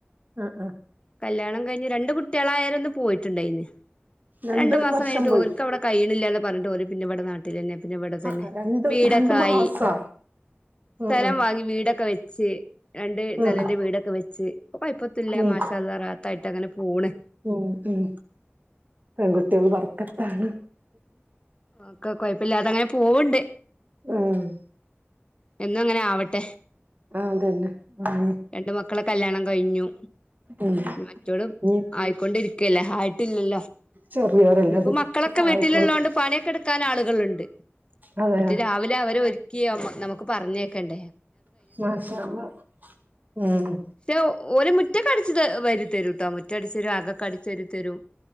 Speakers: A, on the right; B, on the left.
A: ആഹ് ആഹ്
B: കല്യാണം കഴിഞ്ഞ് രണ്ട് കുട്ടികളായാരെ ഒന്ന് പോയിട്ടുണ്ടായിനി ആ
A: രണ്ട്
B: രണ്ടു മാസം
A: വർഷം
B: കഴിഞ്ഞിട്ട്
A: പോയി
B: ഓൽക്ക് അവിടെ കയ്യാണ്ല്ലാന്ന് പറഞ്ഞിട്ട് ഓല് പിന്നെ ഇവിടെ നാട്ടിൽ തന്നെ പിന്നെ ഇവിടെ തന്നെ
A: ആഹ് രണ്ട്
B: വീടൊക്കായി
A: രണ്ട് മാസാ
B: സ്ഥലം
A: ഉം
B: വാങ്ങി വീടൊക്കെ വെച്ച് രണ്ട്
A: ഉം
B: നല
A: ഉം
B: ൻന്റെ വീടൊക്കെ വെച്ച് ഇപ്പം കൊഴപ്പത്തുല്ല
A: ഉം
B: മാഷാഅള്ളാ റാഹത്തായിട്ടങ്ങനെ പോണ്
A: ഉം ഉം പെൺകുട്ടികൾ ബറക്കത്താണ്
B: ഒക്കെ കൊഴപ്പല്ലാതങ്ങനെ പോവുണ്ട്
A: ഉം
B: എന്നും അങ്ങനെ ആവട്ടെ
A: അഹ് അതന്നെ അഹ്
B: രണ്ട് മക്കളെ കല്ല്യാണം കഴിഞ്ഞു
A: ഉം
B: മറ്റോളും
A: ഇനി
B: ആയിക്കൊണ്ടിരിക്കയല്ലേ ആയിട്ടില്ലല്ലോ
A: ചെറിയോരല്ലേ
B: ഇന്ന്പ്പോ
A: അത്
B: മക്കളൊക്കെ
A: ഒക്കെ
B: വീട്ടിലിള്ളോണ്ട്
A: ആയിക്കോളും
B: പണിയൊക്കെ എടുക്ക ക്കാൻ ആളുകളുണ്ട്
A: അതെ
B: മറ്റേ രാവിലെ അവരെ ഒരുക്കി നമുക്ക് പറഞയക്കണ്ടേ
A: മാഷാഅള്ളാ മ്
B: പക്ഷെ ഓൽ മുറ്റക്കടിച്ച് വാരി തരുട്ടോ മുറ്റ അടിച്ചു തരും ആകൊക്കെ അടിച്ചു വാരിതരും